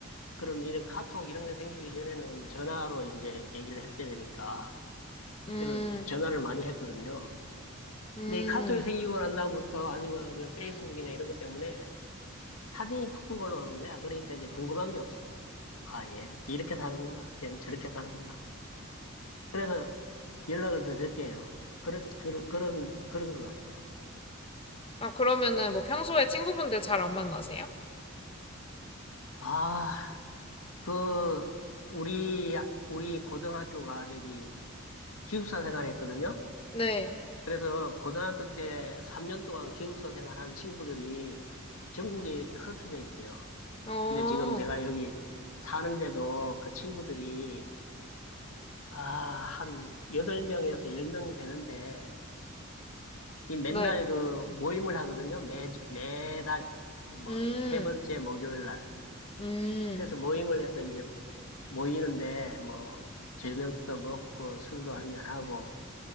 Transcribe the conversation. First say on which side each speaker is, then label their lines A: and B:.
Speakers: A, on the left; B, on the left.
A: 그런 이런 카톡 이런 게 생기기 전에는 전화로 이제 얘기를 했어야 되니까, 그때는
B: 음,
A: 전화를 많이 했거든요.
B: 음.
A: 근데 이 카톡이 생기고 난 다음부터 아니면 그 페이스북이나 이런 것 때문에 사진이 푹푹 올라오는 거야. 그러니까 이제 궁금한 게 없어. 아, 예. 이렇게 사는구나. 얜 저렇게 사는구나. 그래서 연락을 더 적게 해요. 그런, 그런, 그런, 그런 것 같아요.
B: 아, 그러면은
A: 음.
B: 뭐 평소에 친구분들 잘 안 만나세요?
A: 아, 그, 우리, 우리 고등학교가 저기 기숙사 생활 했거든요.
B: 네.
A: 그래서 고등학교 때 3년 동안 기숙사 생활한 친구들이 전국에 이렇게 흩어져 있어요.
B: 어,
A: 근데 지금 내가 여기 사는데도 그 친구들이, 아, 한 8명에서 10명 되는데, 이 맨날
B: 네.
A: 그 모임을 하거든요. 매, 매달, 뭐,
B: 음,
A: 세 번째 목요일 날.
B: 음.
A: 그래서 모임을 해서 이제 모이는데, 뭐, 저녁도 먹고 술도 한잔하고.